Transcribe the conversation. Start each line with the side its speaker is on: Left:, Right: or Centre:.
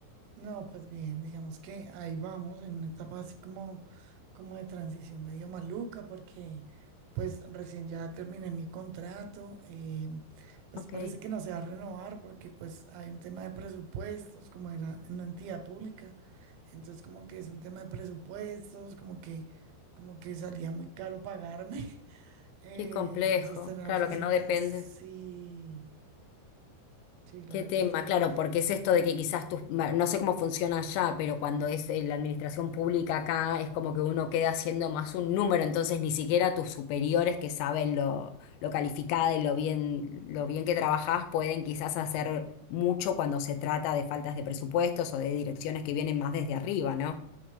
Right: No, pues bien, digamos que ahí vamos en una etapa así como, como de transición medio maluca, porque pues recién ya terminé mi contrato, eh, pues
Left: Ok,
Right: parece que no se va a renovar porque pues hay un tema de presupuestos, como era en una entidad pública, entonces como que es un tema de presupuestos, como que, como que salía muy caro pagarme <laughs> eh,
Left: qué complejo,
Right: o sostener
Left: claro
Right: la oficina,
Left: que no depende.
Right: sí, sí, la
Left: ¿Qué
Right: verdad
Left: tema?
Right: está bien
Left: Claro,
Right: difícil.
Left: porque es esto de que quizás tus, ma- no sé cómo funciona allá, pero cuando es eh, la administración pública acá es como que uno queda siendo más un número, entonces ni siquiera tus superiores que saben lo, lo calificada y lo bien, lo bien que trabajás pueden quizás hacer mucho cuando se trata de faltas de presupuestos o de direcciones que vienen más desde arriba, ¿no?